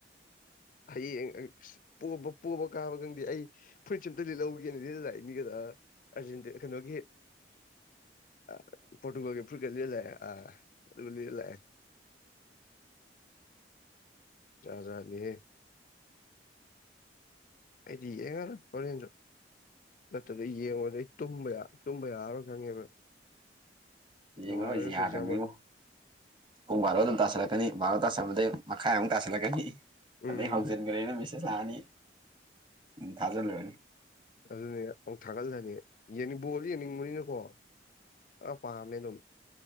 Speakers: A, on the right; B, on the left.
A: <unintelligible>
B: ꯍꯌꯦꯡ ꯄꯣ ꯄꯣꯕ ꯀꯥꯕꯒꯪꯗꯦ ꯑꯩ ꯐꯨꯔꯤꯠꯁ ꯑꯝꯇ ꯂꯤꯠꯍꯧꯒꯦꯅ ꯂꯤꯠꯂ ꯂꯥꯛꯏꯅꯤꯒꯗ ꯑꯔꯖꯦꯟꯇ ꯀꯩꯅꯣꯒꯤ ꯑ ꯐꯣꯇꯨꯒꯜꯒꯤ ꯐꯠꯀ ꯂꯩꯑꯦ ꯑ ꯑꯗꯨꯕꯨ ꯂꯩꯂꯑꯦ <unintelligible> ꯆꯥꯖꯥꯅꯤꯍꯦ ꯑꯩꯗꯤ ꯌꯦꯡꯉꯔꯣꯏ ꯍꯣꯔꯦꯟꯗ ꯅꯠꯇ꯭ꯔꯗ ꯌꯦꯡꯉꯨꯔꯗ ꯑꯩ ꯇꯨꯝꯕ ꯌꯥ ꯇꯨꯝꯕ ꯌꯥꯔꯣꯏ ꯈꯪꯉꯦꯕ
A: ꯌꯦꯡꯉꯔꯤꯁꯤꯦ
B: ꯅꯣꯡꯉꯥꯜꯂꯒꯁꯨ
A: ꯌꯥꯗꯕꯅꯤꯕꯣ
B: ꯑꯦꯛꯖꯥꯝ ꯑꯣꯏ
A: ꯄꯨꯡ ꯕꯥꯔꯣ ꯑꯗꯨꯝ ꯇꯥꯁꯜꯂꯛꯀꯅꯤ ꯕꯥꯥꯔꯣ ꯇꯥꯁꯟꯕꯗꯩ ꯃꯈꯥꯏ ꯑꯃꯨꯛ ꯇꯥꯁꯜꯂꯛꯀꯅꯤ
B: ꯎꯝ
A: ꯑꯗꯩ ꯍꯧꯖꯤꯟꯈ꯭ꯔꯦ ꯅꯨꯃꯤꯁ ꯂꯑꯅꯤ ꯎ ꯊꯥꯖꯂꯨꯔꯅꯤ
B: ꯑꯗꯨꯅꯦ ꯑꯃꯨꯛ ꯊꯥꯒꯠꯂꯅꯤ ꯌꯦꯡꯅꯤꯡꯕꯁꯨ ꯌꯦꯡꯅꯤꯡꯕꯅꯤꯅꯀꯣ ꯑ ꯄꯥꯃꯤꯅꯣ